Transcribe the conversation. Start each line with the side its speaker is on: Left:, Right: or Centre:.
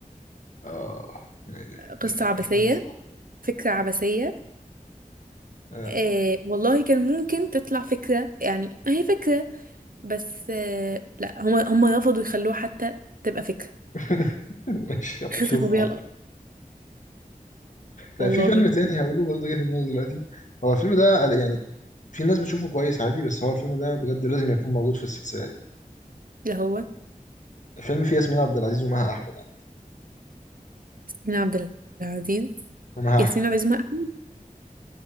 Left: اه يا إلهي،
Right: قصة
Left: يا إلهي، الافلام
Right: عبثية
Left: دي صعبة
Right: فكرة عبثية
Left: آه.
Right: آه والله كان ممكن تطلع فكرة يعني هي فكرة بس آه لا هما هما رفضوا يخلوها حتى تبقى فكرة
Left: <laughs> ماشي، أبقى
Right: خسفوا
Left: اشوف
Right: بيها الأرض والله
Left: طيب، في فيلم تاني هقوله برضه جه في دماغي دلوقتي هو الفيلم ده يعني في ناس بتشوفه كويس عادي بس هو الفيلم ده بجد لازم يكون موجود في السلسلة دي
Right: لا هو
Left: الفيلم فيه ياسمين عبد العزيز ومها أحمد عم.
Right: ياسمين عبد العزيز
Left: ومها
Right: ياسمين
Left: أحمد
Right: عبد العزيز ومها أحمد